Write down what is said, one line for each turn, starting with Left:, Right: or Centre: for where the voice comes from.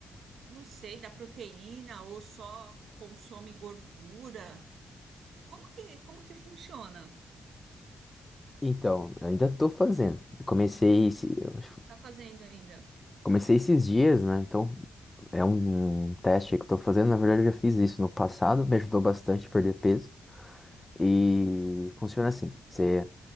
Right: não sei, da proteína ou só consome gordura. Como que, como que funciona?
Left: Então, eu ainda tô fazendo. Eu comecei, esse- eu acho que
Right: Tá fazendo ainda?
Left: comecei esses dias, né? Então, é um, um teste aí que eu tô fazendo. Na verdade, eu já fiz isso no passado, me ajudou bastante a perder peso. E funciona assim: você,